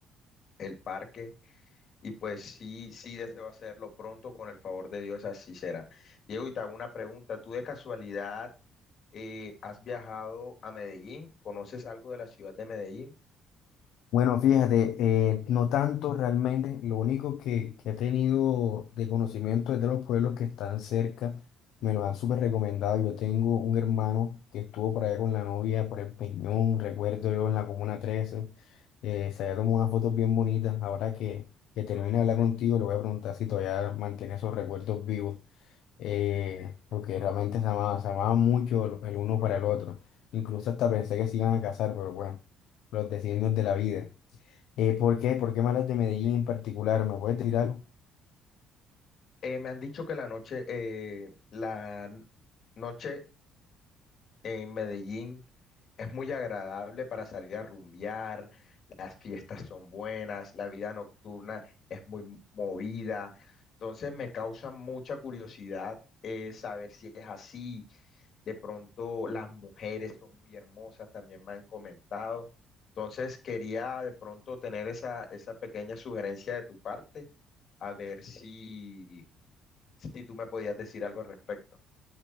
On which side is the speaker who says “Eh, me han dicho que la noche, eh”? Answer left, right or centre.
Left